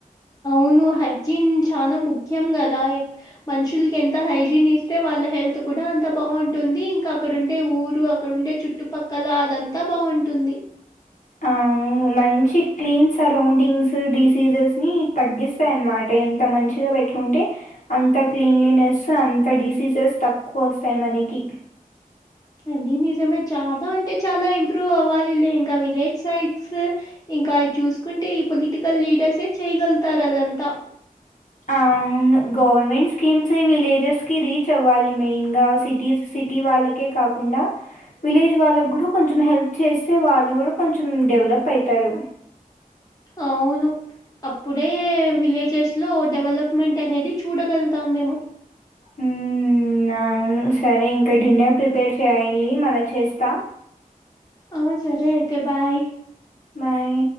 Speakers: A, on the left; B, on the left.
A: అవును హైజీన్ చానా ముఖ్యం కదా మనుషులు ఎంత హైజీన్ ఇస్తే వాళ్ళ హెల్త్ కూడా అంత బాగుంటుంది ఇంకా అక్కడుండే ఊరు అక్కడండే చుట్టుపక్కల అదంతా బాగుంటుంది
B: ఆ అవును మంచి క్లీన్ సరౌండింగ్స్ డిసీజెస్ ని తగ్గిస్తాయ అన్నమాట ఎంత మంచి మంచిగా పెట్టుకుంటే అంత క్లీన్లీనెస్ అంత డిసీజెస్ తక్కువ వస్తాయి మనకి
A: అది నిజమే చాలా అంటే చాలా ఇంప్రూవ్ అవ్వాలి లే ఇంకా విలేజ్ సైడ్స్ ఇంకా అయ్యి చూసుకుంటే ఈ పొలిటికల్ లీడర్సే చేయగలుగుతారు అదంతా
B: అవును గవర్నమెంట్ స్కీమ్స్ విలేజెస్ కి రీచ్ అవ్వాలి మెయిన్గా సిటీస్ సిటీ వాళ్ళకే కాకుండా విలేజ్ వాళ్ళ కూడా కొంచెం హెల్ప్ చేస్తే వాళ్ళ కూడా కొంచెం డెవలప్ అయితారు
A: అవును అప్పుడే విలేజెస్ లో డెవలప్మెంట్ అనేది చూడగలుతాం మేము
B: ఉమ్ హమ్ ఆ సరే ఇంకా డిన్నర్ ప్రిపేర్ చేయాలి మళ్ళ చేస్తా
A: ఆ సరే అయితే బాయ్
B: బాయ్